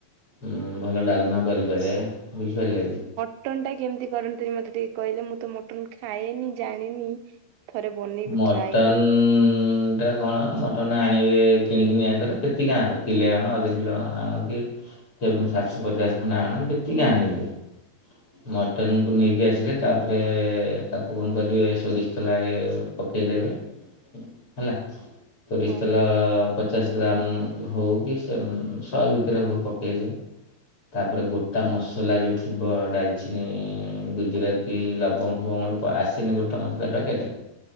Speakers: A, on the left; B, on the right.
A: ଉଁ ଭଲ ଡାଲମା କରିପାରେ ବୁଝି ପାରିଲେ କି।
B: ମଟନ ଟା କେମିତି କରନ୍ତି‌ ଟିକେ ମତେ ଟିକେ କହିଲେ ମୁଁ ତ ମଟନ୍ ଖାଏନି ଜାଣିନି। ଥରେ ବନେଇବି
A: ମଟନ୍
B: ଟ୍ରାଏ କରିବି
A: ଟା। କଣ ମଟନ୍ ଆଣିବେ କିଣିକି ନି ଆ ଧେରେ କେତିକି ଆଣିଲ କିଲେ ଆଣ ଅଧ କିଲୋ ଆଣ କି। କି ଆପ୍ ସାତଶ ପଚାଶ ଖଣ୍ଡେ ଆଣ ଯେତିକି ଆଣିଲେ। ମଟନକୁ ନେଇକି ଆସିଲେ ତାପରେ ତାକୁ କଁ କରିବେ ସୋରିଷ ତେଲ ଆଗେ ପକେଇ ଦେବେ। ହେଲା ଷୋରିଷ
B: ହଁ।
A: ତେଲ ପ ପଚାଶ ଗ୍ରାମ ହଉ କି ସେମ୍ ଶହେ ଭିତରେ ହଉ ପକେଇଲେ। ତାପରେ ଗୋଟା ମସଲା ଯୋଉ‌ ଥିବ ଡାଲଚିନି ଗୁଜୁରାତି
B: ହଁ
A: ଲବଙ୍ଗ ଫବଙ୍ଗ ଗୋଟେ। ଆସେନି ଗୋଟେ ମସଲା ପ୍ୟାକେଟ